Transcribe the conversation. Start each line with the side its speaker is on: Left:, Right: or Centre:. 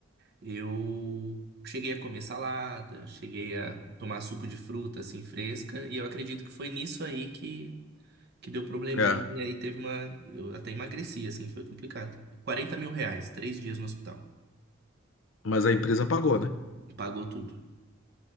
Right: eu cheguei a comer salada, cheguei a tomar suco de fruta assim fresca, e eu acredito que foi nisso aí que que deu probleminha
Left: É,
Right: e aí teve uma, eu até emagreci assim, foi complicado. quarenta mil reais, três dias no hospital
Left: mas a empresa pagou, né?
Right: e pagou tudo.